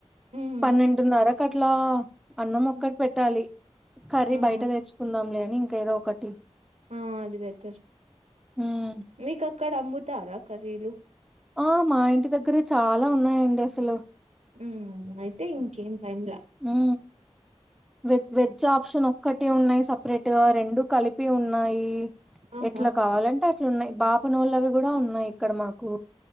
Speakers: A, on the right (about 80°); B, in the centre.
A: మ్మ్
B: పన్నెండున్నర క్కట్లా అన్నం ఒక్కటి
A: మ్మ్
B: పెట్టాలి కర్రీ
A: ఆహా
B: బయట తెచ్చు కుందాం లే అని ఇంకా ఏదో ఒకటి
A: ఆ అది బెటర్
B: ఉమ్
A: మీకక్కడ అమ్ముతారా కర్రీలు
B: ఆ మా ఇంటి దగ్గరే చాలా ఉన్నాయండి అసలు
A: ఉ అయితే ఇంకేం టైమ్లా
B: ఉ వే వెజ్ ఆప్షన్ ఒక్కటే ఉన్నాయి సపరేట్ రెండు కలిపి ఉన్నాయి
A: ఆహా
B: ఎట్లా కావాలంటే అ ట్లు ఉన్నాయి బాపనోళ్ళవి కూడా ఉన్నాయి ఇక్కడ మాకు